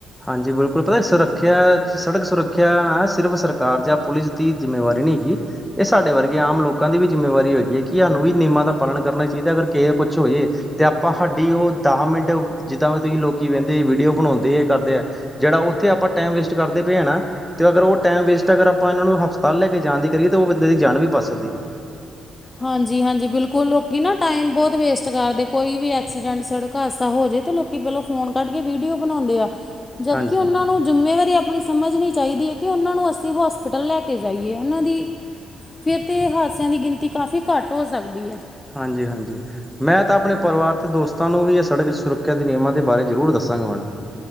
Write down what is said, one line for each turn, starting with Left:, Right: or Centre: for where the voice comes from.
Centre: ਹਾਂਜੀ। ਬਿਲਕੁਲ ਪਤਾ ਸੁਰੱਖਿਆ, ਸੜਕ ਸੁਰੱਖਿਆ ਨਾ ਸਿਰਫ ਸਰਕਾਰ ਜਾਂ ਪੁਲਿਸ ਦੀ ਜਿੰਮੇਵਾਰੀ ਨਹੀਂ ਹੈਗੀ। ਇਹ ਸਾਡੇ ਵਰਗੇ ਆਮ ਲੋਕਾਂ ਦੀ ਵੀ ਜਿੰਮੇਵਾਰੀ ਹੈਗੀ ਐਂ ਕਿ ਸਾਨੂੰ ਵੀ ਨਿਯਮਾਂ ਦਾ ਪ੍ਰਣ ਕਰਨਾ ਚਾਹੀਦੈ। ਅਗਰ ਕਿਸੇ ਨੂੰ ਕੁਛ ਹੋ ਜਏ, ਤੇ ਆਪਾਂ ਹਾਡੀ ਉਹ ਦਾਹ ਮਿੰਟ ਜਿੱਦਾਂ ਵੀ ਤੁਸੀਂ ਲੋਕੀ ਵਹਿੰਦੇ ਵੀਡੀਓ ਬਣਾਉਂਦੇ ਕ ਜਿਹੜਾ ਉੱਥੇ ਆਪਾਂ ਟਾਈਮ ਵੇਸਟ ਕਰਦੇ ਪਏ ਆ ਨਾ ਤੇ ਅਗਰ ਉਹ ਟਾਈਮ ਵੇਸਟ ਅਗਰ ਆਪਾਂ ਇਹਨਾਂ ਨੂੰ ਹਸਪਤਾਲ ਲੈ ਕੇ ਜਾਣ ਦੀ ਕਰੀਏ, ਤਾਂ ਉਹ ਬੰਦੇ ਦੀ ਜਾਨ ਵੀ ਬਚ ਸਕਦੀ ਏ।
Left: ਹਾਂਜੀ, ਹਾਂਜੀ, ਬਿਲਕੁਲ ਲੋਕੀ ਨਾ ਟਾਈਮ ਬਹੁਤ ਵੇਸਟ ਕਰਦੇ, ਕੋਈ ਵੀ ਐਕਸੀਡੈਂਟ, ਸੜਕ ਹਾਦਸਾ ਹੋ ਜੇ ਤਾਂ ਲੋਕ ਕਿ ਪਹਿਲੋਂ ਫੋਨ ਕੱਢ ਕੇ ਵੀਡੀਓ ਬਣਾਉਂਦੇ ਆ, ਜਦਕਿ
Centre: ਹਾਂਜੀ,
Left: ਉਹਨਾਂ ਨੂੰ ਜਿੰਮੇਵਾਰੀ ਆਪਣੀ ਸਮਝਨੀ ਚਾਹੀਦੀ ਏ, ਕਿ ਉਹਨਾਂ ਨੂੰ ਅਸੀਂ ਹੋਸਪਿਟਲ ਲੈ ਕੇ ਜਾਈਏ ਉਹਨਾਂ ਦੀ ਫੇਰ ਤੇ ਹਾਦਸਿਆਂ ਦੀ ਗਿਣਤੀ ਕਾਫ਼ੀ ਘੱਟ ਹੋ ਸਕਦੀ ਏ।
Centre: ਹਾਂਜੀ, ਹਾਂਜੀ। ਮੈਂ ਤਾਂ ਆਪਣੇ ਪਰਿਵਾਰ ਤੇ ਦੋਸਤ ਤੁਹਾਨੂੰ ਵੀ ਇਹ ਸੜਕ ਸੁਰੱਖਿਆ ਦੇ ਨਿਯਮਾਂ ਦੇ ਬਾਰੇ ਜ਼ਰੂਰ ਦੱਸਾਂਗਾ ਮੈਡਮ।